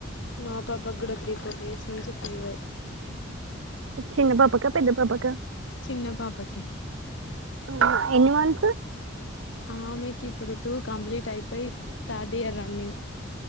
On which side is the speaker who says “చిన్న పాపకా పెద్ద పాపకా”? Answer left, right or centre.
Right